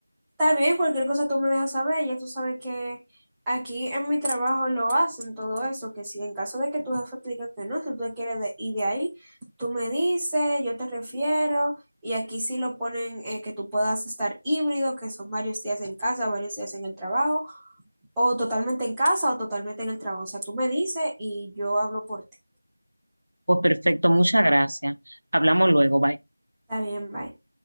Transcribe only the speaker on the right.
Pues perfecto, muchas gracias. Hablamos luego, bye.